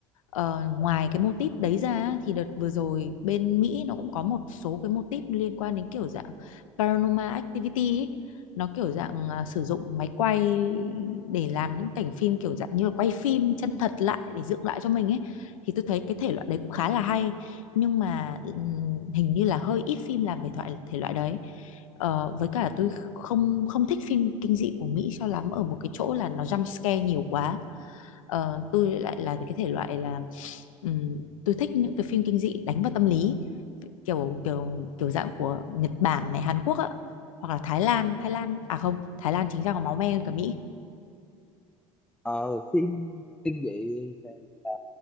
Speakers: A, on the left; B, in the centre.
A: Ờ, ngoài cái mô típ đấy ra thì đợt vừa rồi bên Mỹ nó cũng có một số cái mô típ liên quan đến kiểu dạng paranormal activity ấy. Nó kiểu dạng à, sử dụng máy quay để làm những cảnh phim kiểu dạng như là quay phim chân thật lại để dựng lại cho mình ấy thì tôi thấy cái thể loại đấy cũng khá là hay nhưng mà ừm, hình như là hơi ít phim làm về thoại thể loại đấy Ờ, với cả tôi không không thích phim kinh dị của Mỹ cho lắm ở một cái chỗ là nó jump scare nhiều quá Ờ, tôi lại là cái thể loại là ừm, tôi thích những cái phim kinh dị đánh vào tâm lý kiểu kiểu kiểu dạng của Nhật Bản này Hàn Quốc á hoặc là Thái Lan Thái Lan à không Thái Lan chính ra còn máu me hơn cả Mỹ
B: ờ, phim kinh dị ờ, ờ,